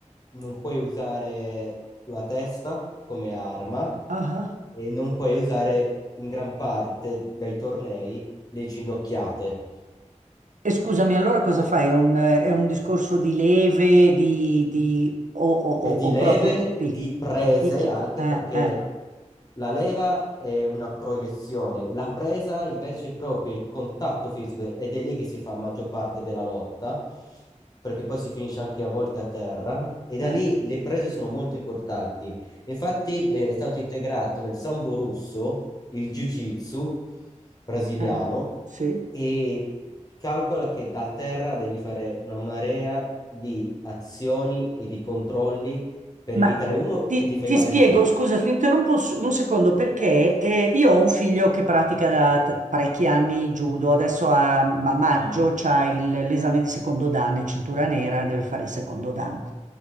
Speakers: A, on the left; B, on the right.
A: non puoi usare la testa come arma
B: ah. ah.
A: e non puoi usare in gran parte dai tornei le ginocchiate.
B: E scusami, allora cosa fai? È un, è un discorso di leve, di, di- o, o- o-
A: e di
B: o
A: leve,
B: proprio pi,
A: di prese
B: picchi,
A: anche
B: co- eh,
A: perché
B: eh,
A: la leva è una proiezione, la presa invece è proprio il contatto fisico ed è lì che si fa la maggior parte della lotta, perché poi si finisce anche a volte a terra e da
B: eh,
A: lì le prese sono molto importanti. Infatti eh, è stato integrato nel sambo russo il jiu-jitsu brasiliano
B: eh, sì.
A: e calcola che da terra devi fare una marea di azioni e di controlli per
B: Ma
A: evitare uno
B: ti,
A: che ti fai
B: ti
A: male
B: spiego,
A: te.
B: scusa, ti interrompo un, s- un secondo perché eh, io ho un figlio che pratica da t- parecchi anni judo, adesso a ma- maggio
A: Mm.
B: c'ha il- l'esame di secondo dan, è cintura nera, deve fare il secondo dan.